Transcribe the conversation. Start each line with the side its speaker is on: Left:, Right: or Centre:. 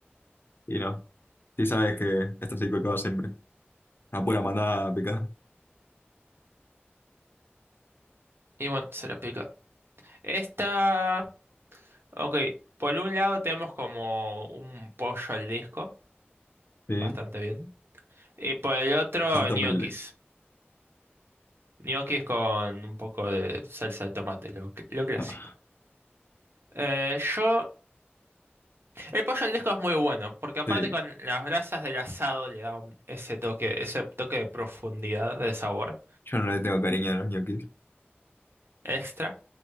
Left: Y no. Sí sabes que esto sí que acaba siempre. Una pura manada picada.
Right: Y bueno, se la pica. Esta. Ok, por un lado tenemos como un pollo al disco,
Left: Sí,
Right: bastante bien. Y por el otro,
Left: bastante
Right: ñoquis.
Left: humilde.
Right: Ñoquis con un poco de salsa de tomate, lo, cl- lo clásico.
Left: Ah,
Right: Eh, yo, el pollo al disco es muy bueno, porque aparte
Left: sí,
Right: con las brasas del asado le da un- ese toque, ese toque de profundidad, de sabor
Left: yo no le tengo cariño a los ñoquis.
Right: extra.